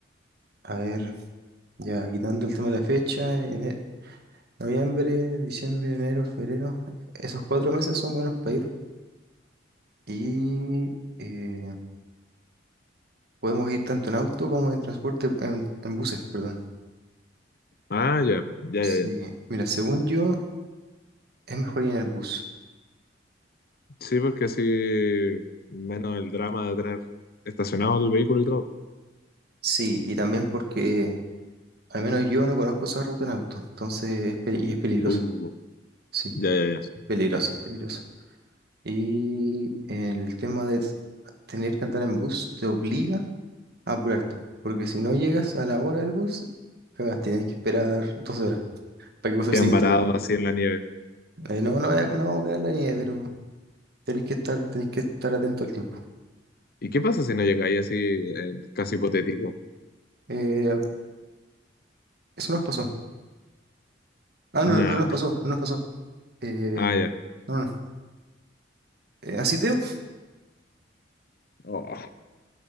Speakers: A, on the right (about 55°); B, on the left (about 50°).
A: A ver, ya quitando el tema de la fecha, ene- noviembre, diciembre, enero, febrero. Esos cuatro meses son buenos para ir. Y eh, Podemos ir tanto en auto como en transporte, en, en buses, perdón.
B: Ah, ya, ya,
A: Sí,
B: ya, ya.
A: mira, según yo, es mejor ir en el bus.
B: Sí, porque así menos el drama de tener estacionado el vehículo y todo.
A: Sí, y también porque al menos yo no conozco esa ruta en auto, entonces es peli- y es peligroso.
B: Uh,
A: Sí,
B: ya, ya, ya.
A: es peligroso, es peligroso. Y el tema de s- tener que andar en bus te obliga a apurarte, porque si no llegas a la hora del bus, cagaste, tienes que esperar dos horas para que pase
B: Quedan
A: el siguiente
B: varados
A: bus.
B: así en la nieve.
A: Eh, no, no, eh, no vamos a quedar en la nieve, pero tenéis que estar, tenéis que estar atento al tiempo.
B: ¿Y qué pasa si no llegáis así, en el caso hipotético?
A: Eh, Eso nos pasó. Ah,
B: Nah.
A: no, no no nos pasó, no nos pasó. Eh,
B: Ah, ya.
A: no, no. Eh, ¿así Teo?
B: Oh,